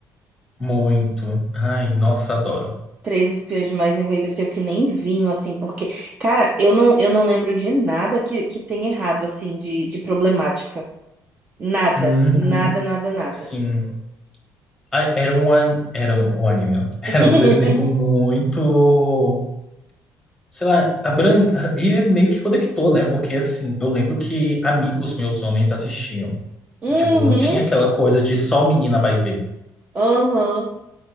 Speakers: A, in the centre; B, on the right.
A: Muito. Ai, nossa, adoro.
B: Três Espiões Demais envelheceu que nem vinho, assim, porque, cara, eu não, eu não lembro de nada que, que tem errado, assim, de, de problemática. Nada,
A: Uhum,
B: nada, nada, nada.
A: sim. Ai, era um, an- era um, um anime, ó. <laughs>
B: <laughs>
A: Era um desenho muito, sei lá, abran... e é meio que conectou, né? Porque assim, eu lembro que amigos meus homens assistiam.
B: Uhum,
A: Tipo, não tinha aquela coisa de só menina vai ver.
B: aham.